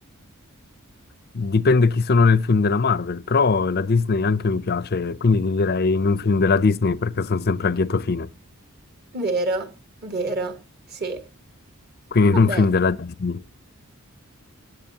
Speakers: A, on the left; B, on the right.
A: Dipende chi sono nel film della Marvel, però la Disney anche mi piace, quindi ti direi in un film della Disney perché sono sempre a lieto fine.
B: Vero, vero, sì.
A: Quindi
B: Vabbè,
A: non un film della Disney,